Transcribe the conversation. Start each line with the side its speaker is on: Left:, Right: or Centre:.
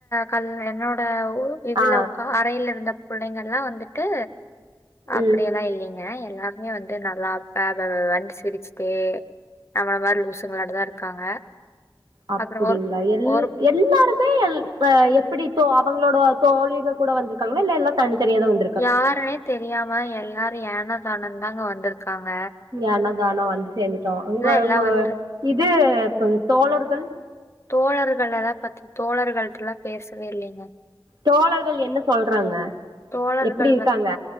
Left: கல் என்னோட ஓ இதுல
Right: ஆ
Left: உக்கா கடேல இருந்த பிள்ளைங்கல்லா வந்துட்டு அப்டியெல்லா
Right: ம்
Left: இல்லைங்க ஆ எல்லாருமே வந்து நல்லா பாபாபன்னு சிரிச்சுட்டே நம்மள மாரி லூசுங்கலாட்டதா இருக்காங்க
Right: அப்டிங்களா
Left: அப்புறம் ஒரு
Right: எல்
Left: ஒரு
Right: எல் எல்லாருமே எல் ஆ எப்டி தோ அவங்களோட தோழிங்க கூட வந்திருக்காங்களா இல்ல எல்லா தனித்தனியாதா வந்து
Left: யாருன்னே தெரியாம எல்லாரு ஏனோ தனோன்னு தாங்க வந்துருக்காங்க
Right: ஏனோ தானோ வந்து சேந்துட்டோ உங்க
Left: எல்லாம்
Right: உங்க
Left: வந்து
Right: இது இப்ப தோழர்கள்
Left: தோழர்களல்லா பாத்து தோழர்களிட்டல்லா பேசவே இல்லைங்க
Right: தோழர்கள் என்ன சொல்றாங்க
Left: தோழர்கள்
Right: எப்டி இருக்காங்க
Left: வந்